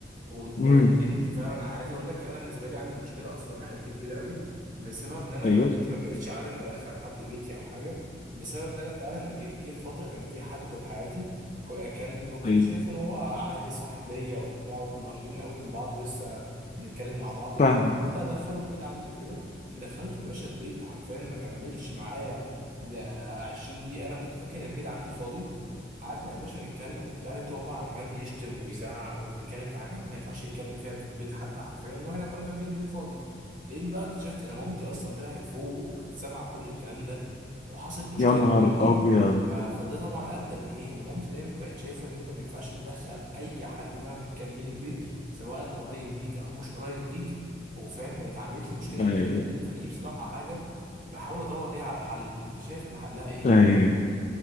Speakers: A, on the right; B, on the left.
A: ون-
B: امم
A: وندمت فعلا انا عايز اقول لك انا بالنسبه لي عندي مشكله اصلا مع عيلتي كبيره قوي بسبب ان انا
B: ايوه
A: دلوقتي ما بقتش عارف ادخل حد بيتي او حاجه بسبب ان انا فعلا جه جه في فتره كان في حد في حياتي ك- كان ب- كنت
B: ايوه
A: شايفه ان هو عادي صاحب ليا وبتاع وكنا قريبين قوي من بعض ولسه نتكلم مع بعض وبتاع
B: فاهم
A: قلت هدخله البيت عندي وكده دخلته يا باشا البيت حرفيا ما كملش معايا ده 20 دقيقه انا كنت فاكر ان البيت عندي فاضي قعدنا يا باشا نتكلم وبتاع لقيته هو بقى عمال يشتم ويزعق وبيتكلم في حاجات ما ينفعش يتكلم فيها في بيت حد حرفيا واحنا كنا فاكرين بيت فاضي لقيت بقى اكتشفت ان مامتي اصلا طلعت فوق وكانت سامعه كل الكلام ده وحصلت مشكله
B: يا نهار
A: كبيره قوي
B: ابيض
A: ف- فده طبعا ادى لايه ان مامتي دايما بقت شايفه ان انت ما ينفعش تدخل اي حد مهما كان مين البيت سواء قريب ليك او مش قريب ليك وفاهم بقت عملت لي مشكله
B: ايوه
A: كبيره جدا فدي بصراحه حاجه بحاول ادور ليها على حل انت شايف ان حلها ايه
B: طيب